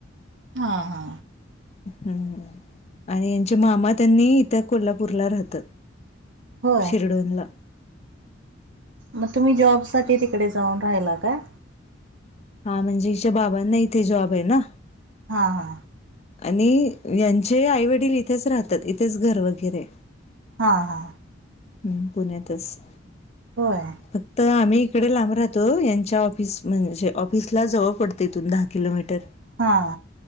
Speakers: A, on the right (about 70°); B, on the left (about 35°).
A: हा हा.
B: हम आणि यांच्या मामा त्यांनी इथं कोल्हापूरला राहत.
A: होय
B: शिर्डीला ला
A: मग तुम्ही जॉब साठी तिकडे जाऊन राहिला का?
B: हा म्हणजे हिच्या बाबांना इथे जॉब आहे ना.
A: हा हा.
B: आणि यांचे आई वडील इथेच राहतात इथेच घर वगैरे
A: हा हा.
B: हम्म पुण्यातच
A: होय
B: फक्त आम्ही तिकडे लांब राहतो यांच्या ऑफिस म्हणजे ऑफिसला जवळ पडते इथून दहा किलोमीटर
A: हा.